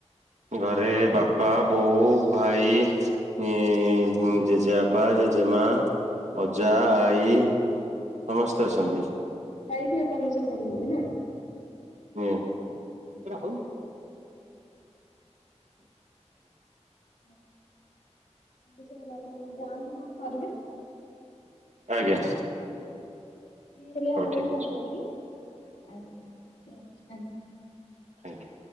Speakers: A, on the right; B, on the left.
A: ଘରେ ବାପା ବୋଉ ଭାଇ ହୁଁ ଗୁଁ ଜେଜେପା ଜେଜେମା ଅଜା ଆଈ। ସମସ୍ତେ ଅଛନ୍ତି
B: ଆଈ ବି <unintelligible> ତ ସହିତ ରୁହନ୍ତି ନା?
A: ହିଁ ଆଉ।
B: ଆଚ୍ଛା। ହଁ ବିଶେ କରି ଆପଣ ମାନେ ଯାଆନ୍ତି କଣ କରିବେ।
A: ଆଜ୍ଞା।
B: ଫ୍ରି ହେଲେ ଆପଣଙ୍କୁ
A: ହଉ ଠିକ ଅଛି
B: କଲ କରିବି ଆଉ ଆଜ୍ଞା ହଁ ହେଲା ଆଜ୍ଞା।
A: ଆଜ୍ଞା।